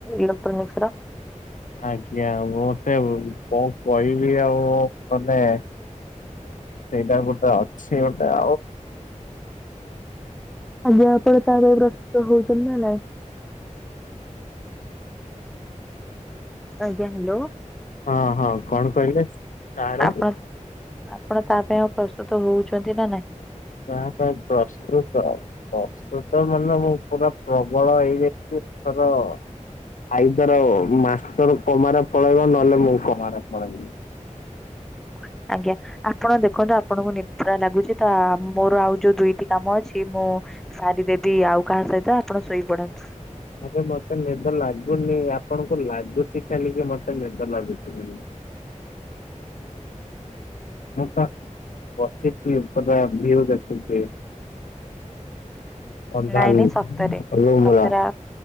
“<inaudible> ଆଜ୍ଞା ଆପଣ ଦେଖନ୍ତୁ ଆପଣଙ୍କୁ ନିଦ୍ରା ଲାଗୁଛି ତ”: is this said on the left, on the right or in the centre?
Centre